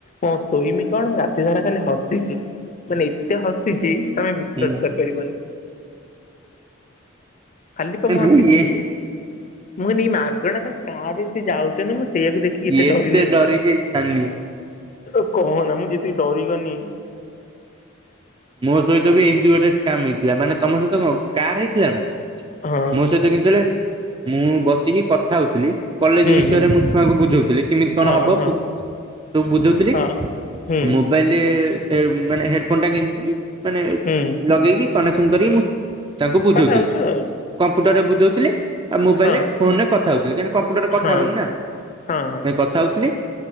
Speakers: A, on the left; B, on the right.
A: ହଁ ଶୋଇମି କଣ ରାତି ସାରା ଖାଲି ହସିଚି। ମାନେ ଏତେ ହସିଛି ତମେ ବିଶ୍ଵାସ
B: ହୁଁ
A: କରିପାରିବନି। ଖାଲି କଣ
B: ମାନେ
A: ମୁଁ ହସିଛି। ମୁଁ କହିଲି ଏଇ ମାଗଣା ତାଙ୍କ କାଁରେ ସେ ଯାଉଛନ୍ତି ମୁଁ ସେଇଆକୁ ଦେଖିକି କେତେ
B: ଏତେ
A: ଡରିଲି।
B: ଡରିକି ଛାନିଆ
A: ତୁ କହନା ମୁଁ ଯେତିକି ଡରିଗନି।
B: ମୋ ସହିତ ବି ଏମିତି ଗୋଟେ ସ୍କାମ୍ ହେଇଥିଲା ମାନେ ତମ ସହିତ କଣ କାର ହେଇଥିଲା ନା
A: ହଁ
B: ମୋ ସହିତ <unintelligible> ମୁଁ ବସିକି କଥା ହଉଥିଲି। କଲେଜ
A: ହୁଁ
B: ବିଷୟରେ
A: ହୁଁ
B: ମୁଁ ଛୁଆଙ୍କୁ ବୁଝଉଥିଲି କେମିତି କଣ
A: ହଁ
B: ହବ
A: ହଁ
B: ସବୁ ବୁଝଉଥିଲି
A: ହଁ ହୁଁ
B: ମୋ ମୋବାଇଲ ମାନେ ହେଡଫୋନ ଟା ଗେଞ୍ଜିକି ମାନେ
A: ହୁଁ
B: ଲଗେଇକି କନେକ୍ସନ କରିକି ମୁଁ ତାଙ୍କୁ ବୁଝଉଥିଲି।
A: କଥା ହଉଛୁ ଆଉ
B: କମ୍ପୁଟରରେ ବୁଝଉଥିଲି ଆଉ ମୋବାଇଲରେ
A: ହଁ
B: ଫୋନରେ କଥା ହଉଥିଲି କାହିଁକି ନା କମ୍ପୁଟରରେ କଥା
A: ହଁ ହଁ।
B: ହବନି ନା।
A: ହଁ ହଁ
B: <unintelligible> କଥା ହଉଥିଲି